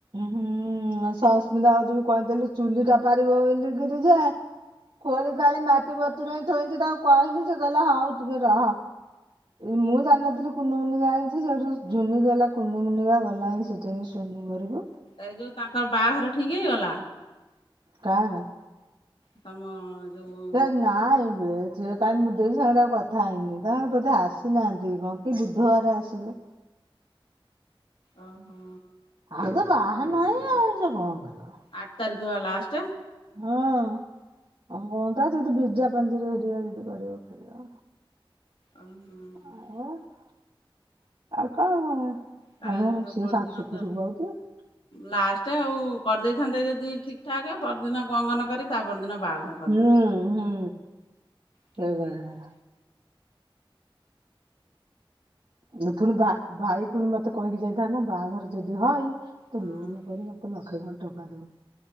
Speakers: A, on the right (about 70°); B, on the left (about 70°).
A: ହୁଁ ସସ୍ମିତା ଭାଉଜକୁ କହିଥିଲି ଚୁଲି ଟା ପାରିବ ବୋଲିକି ଯେ ଖୋଳି ଖାଳି ମାଟି ବତୁରଇ ଥୋଇଛି ତାକୁ କହିଲି ସେ କହିଲା ହଉ ଟିକେ ରହ। ମୁଁ ଜାଣିନଥିଲି କୁନିମୁନି ଯାଣିଚି ସେଠୁ ଝୁନି ଗଲା କୁନିମୁନି ବା ଗଲା ହିଁ ସେଠୁ କୁନି ଘରକୁ।
B: ଏଇ ଯୋଉ ତାଙ୍କର ବାହାଘର ଠିକ ହେଇଗଲା।
A: କାର।
B: ତମ ଯୋଉ
A: ହେ ନାଇଁ। ଏ ସିଏ କାହିଁ ମୁଁ ଦେଇ ସାଙ୍ଗରେ ଆଉ କଥା ହେଇନି ତାଙ୍କ ବୋଧେ ଆସିନାହାନ୍ତି କଣ କି ବୁଧବାର ଆସିବେ।
B: ଓ ହୋ।
A: ଆଉ ତ ବାହାନାଇ ଆଉ ସେ କଣ କରିବ।
B: ଆଠ ତାରିଖ ବା ଲାଷ୍ଟ।
A: ହଁ। ହଁ କଣ ତା ଯଦି ବିଜା ପାଞ୍ଜିରେ କରିବେ ଯଦି କରିବ।
B: ଅ ହଁ।
A: ଆଉ ଆଉ କଣ ପାଇଁ
B: କାଲି ତ ପରଦିନ
A: <unintelligible>
B: ତ ଲାଷ୍ଟ ଆଉ କରିଦେଇଥାନ୍ତେ ଯଦି ଠିକ ଠାକ ପରଦିନ ମଙ୍ଗନ କରି ତା ପରଦିନ ବାହାଘର। କରିଦେଇଥାନ୍ତେ।
A: ହୁଁ ହୁଁ
B: ଠିକ୍
A: ସେଇକଥା।
B: ହେଇଥାନ୍ତା
A: ମୁଁ ପୁଣି ଭା ଭାଇ ପୁଣି ମତ୍ ମୋତେ କହିକି ଯାଇଥାନ୍ତା ବାହାଘର ଯଦି ହଏ ତୁ
B: ହଁ
A: ଲୁନୁ କରି ମୋତେ ଲକ୍ଷେ ଖଣ୍ଡେ ଟଙ୍କା ଦେବୁ।